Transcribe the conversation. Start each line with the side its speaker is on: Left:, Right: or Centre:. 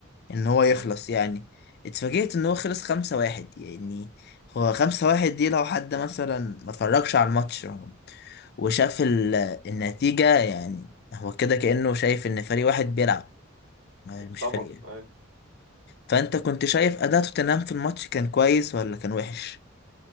Left: ان هو يخلص
Right: امم
Left: يعني اتفاجئت ان هو خلص خمسة واحد يعني هو خمسة واحد دي لو حد مثلا ما اتفرجش على الماتش وشاف ال- النتيجة يعني هو كده كأنه شايف ان فريق واحد بيلعب ما- مش
Right: طبعا
Left: فريقين
Right: أيوة.
Left: فانت كنت شايف اداء توتنهام في الماتش كان كويس ولا كان وحش